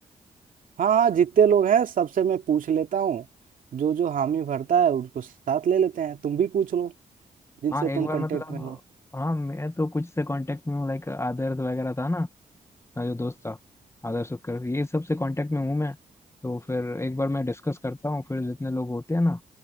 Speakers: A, on the right; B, on the left.
A: हाँ हाँ जितने लोग हैं सबसे मैं पूछ लेता हूँ जो जो हामी भरता है उसको साथ ले लेते हैं तुम भी पूछ लो जिनसे
B: हाँ एक
A: तुम
B: बार
A: कांटेक्ट
B: मतलब
A: में हो
B: हाँ मैं तो कुछ से कांटेक्ट में हूँ लाइक आदर्श वगैरह था ना मेरा जो दोस्त था आदर्श उपकर ये सब से कांटेक्ट में हूँ मैं तो फिर एक बार मैं डिस्कस करता हूँ फिर जितने लोग होते हैं ना